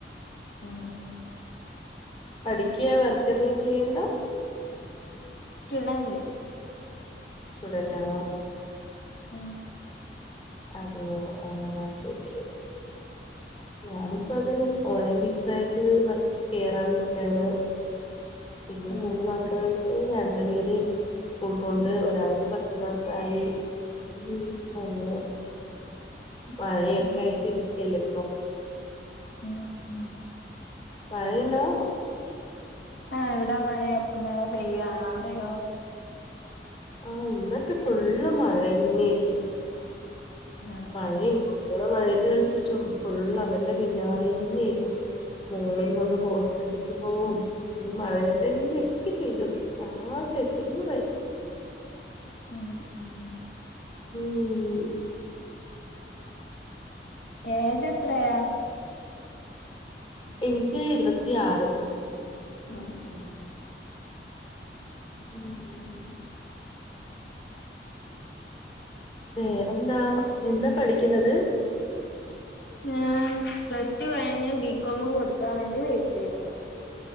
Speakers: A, on the left (about 70°); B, on the left (about 30°).
A: ഉം ഉം
B: പഠിക്കുക വർക്ക് എന്തും ചെയ്യണ്ടോ
A: സ്റ്റുഡന്റ്
B: സ്റ്റുഡന്റ് ആണോ
A: ആഹ
B: അതെ. ആഹ. ശരി. ശരി ഞാനിപ്പോ. അതന്നെ ഓൺലൈൻ ടീച്ചർ ആയിട്ട്. വർക്ക്. കേയറാൻ നിക്കണ് പിന്നേം.
A: ഉം
B: മൂന്ന്.
A: ഉം
B: മക്കളാണ് - രണ്ടു പേര് സ്കൂൾ. പോണ്ട്. ഒരാൾക്ക് പത്ത്. മാസായി ഉം. അങ്ങനെ മഴയൊക്കെ.
A: ഉം
B: ആയിട്ട്.
A: ഉം
B: ഇരികെല്ലെപ്പൊ
A: ഉം ഉം
B: മഴയുണ്ടോ
A: ആഹ. ഇവിടെ. മഴയൊ. മഴ. പെയ്യണ് അവിടെയോ
B: ആഹ ഇന്നൊക്കെ ഫുള്ള് മഴ ന്നെരുന്ന്
A: ഉം
B: മഴിം.
A: ഉം
B: കുട്ടികളെ മഴയത്ത് കളിച്ചിട്ടും ഫുള്ള് അവരുടെ പിന്നാലെന്നേരുന്നു മോളെയും കൊണ്ട് ഹോസ്പിറ്റലിക്ക് പോവും. ഈ മഴയ തന്നെക്കെ. ചെയ്തത്. ആ ആകെ ഇടെങ്ങേറായി
A: ഉം ഉം
B: മ്. ഉം
A: ഏജ്. എത്രയാ
B: എനിക്ക്. ഇരുപത്തിയാറ്.
A: ഉം ഉം
B: ഉം. ഉം. ഹ് ഹ് വേറെന്താ. എന്താ പഠിക്ണത്
A: ഞാൻ പ്ലസ് ടു കഴിഞ്ഞ് ബികോം കൊടുക്കാവേണ്ടി. വെയിറ്റെയ്യുന്നു..